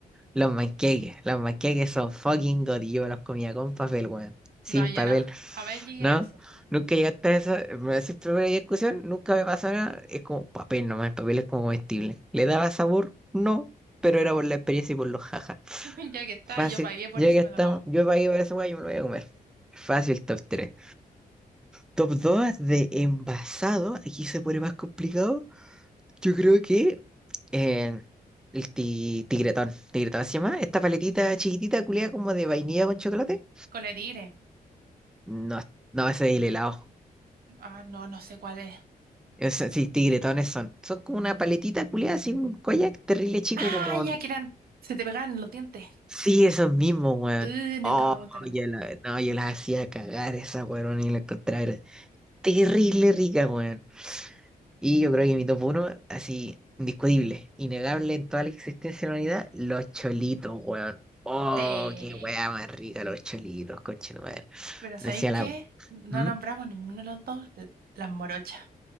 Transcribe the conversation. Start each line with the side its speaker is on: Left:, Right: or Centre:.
Centre: Los panqueques, los panqueques son fucking god y yo me los comía con papel, weón. Sin
Right: No, yo
Centre: papel.
Right: no. Jamás llegué
Centre: ¿No?
Right: a eso.
Centre: Nunca llegaste a eso. Me decís primera discusión, nunca me pasó nada. Es como papel nomás, el papel es como comestible. ¿Le daba sabor? No, pero era por la experiencia y por los jajas.
Right: <laughs> Ya que está,
Centre: Fácil.
Right: yo pagué por
Centre: Ya
Right: eso,
Centre: que estamos,
Right: me lo como.
Centre: yo para ir por esa weá, yo me lo voy a comer. Fácil, top 3. Top 2 de envasado. Aquí se pone más complicado. Yo creo que eh, el ti- tigretón. ¿Tigretón se llama? Esta paletita chiquitita, culiada como de vainilla con chocolate.
Right: Cola de tigre.
Centre: No, no, ese es el helado.
Right: Ah, no, no sé cuál es.
Centre: Ese- sí, tigretones son. Son como una paletita culiada, así un koyak terrible chico,
Right: Ah,
Centre: como.
Right: ya que eran, se te pegaban en los dientes.
Centre: Sí, esos mismos, weón.
Right: Uh, nunca
Centre: Oh,
Right: me gustaron.
Centre: yo, la- no, yo las hacía cagar esas, weón, y la encontraba. Terrible rica, weón. Y yo creo que mi top uno así, indiscutible, innegable en toda la existencia de la humanidad, los cholitos, weón. Oh,
Right: Sí.
Centre: qué weá más rica los cholitos, conchetumadre.
Right: Pero ¿sabéis
Centre: Decía la.
Right: qué? No
Centre: ¿Mm?
Right: nombramos ninguno de los dos l- las morochas.